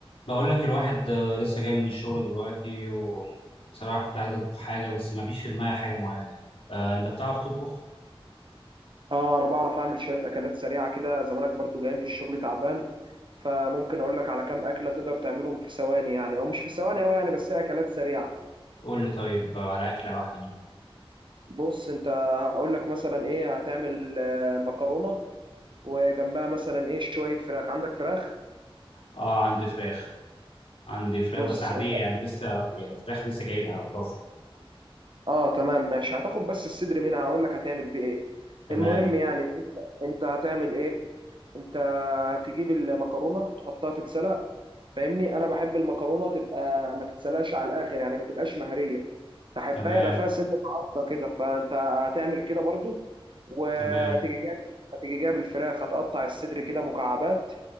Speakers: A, on the left; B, on the right.
A: بقول لك الواحد آه، لسه جاي من الشغل دلوقتي وبصراحة كنت عايز أطبخ حاجة بس ما فيش في دماغي حاجة معينة آه، أنت بتعرف تطبخ؟
B: اه انا بعرف اعمل شويه اكلات سريعه كده زمانك برضو جاي من الشغل تعبان فممكن اقول لك على كام اكله تقدر تعملهم في ثواني يعني او مش في ثواني أوي يعني بس هي اكلات سريعه
A: قول لي طيب آه، على أكلة واحدة منها
B: بص انت هقول لك مثلا ايه هتعمل آه، مكرونه وجنبها مثلا ايه شويه فراخ عندك فراخ
A: آه عندي فراخ عندي فراخ
B: بص
A: بس عادية
B: انت
A: يعني لسه يعني فراخ لسه جايبها طازة
B: اه تمام ماشي هتاخد بس الصدر منها هقول لك هتعمل بيه ايه
A: تمام
B: المهم يعني انت أنت هتعمل ايه انت هتجيب المكرونه تحطها تتسلق فاهمني انا بحب المكرونه تبقى ما تتسلقش على الاخر يعني ما تبقاش مهريه بحبها
A: تمام
B: يبقى فيها سنه عضه كده فانت هتعمل كده برضو وهتيجي
A: تمام
B: جايب هتيجي جايب الفراخ هتقطع الصدر كده مكعبات